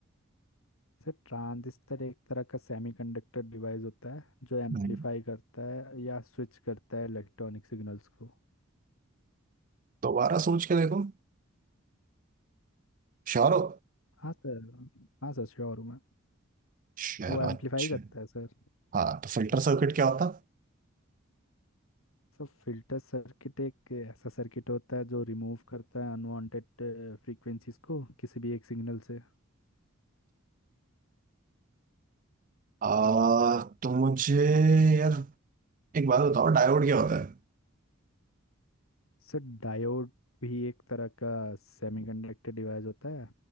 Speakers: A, on the left; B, on the right.
A: सर ट्रांजिस्टर एक तरह का सेमीकंडक्टर डिवाइस होता है जो एम्पलीफाई
B: हम्म।
A: करता है या स्विच करता है इलेक्ट्रॉनिक सिग्नल्स को
B: दोबारा सोच के देखो श्योर हो
A: हाँ सर हाँ सर श्योर हूँ मैं
B: श्योर
A: वो एम्पलीफाई
B: अच्छा
A: करता है सर
B: हाँ तो फिल्टर
A: हाँ।
B: सर्किट क्या होता
A: सब फिल्टर सर्किट एक ऐसा सर्किट होता है जो रिमूव करता है अनवांटेड फ्रीक्वेंसीज को किसी भी एक सिग्नल से
B: आ, तो मुझे यार एक बात बताओ डायोड क्या होता है
A: सर डायोड भी एक तरह का सेमीकंडक्टर डिवाइस होता है